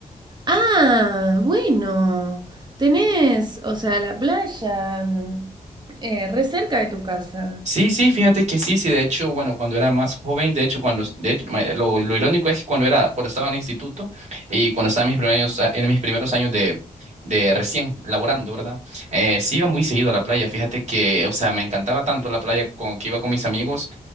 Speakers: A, on the right; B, on the right.
A: ah, bueno, tenés, o sea, la playa, mm, eh, re cerca de tu casa.
B: Sí, sí, fíjate que sí, sí, de hecho, bueno, cuando era más joven, de hecho, cuando, de hecho, ma- lo, lo irónico es que cuando era, cuando estaba en el instituto y cuando estaba en mis primeros, a- en mis primeros años de, de recién laborando, ¿verdad? Eh, sí iba muy seguido a la playa, fíjate que, o sea, me encantaba tanto la playa con, que iba con mis amigos,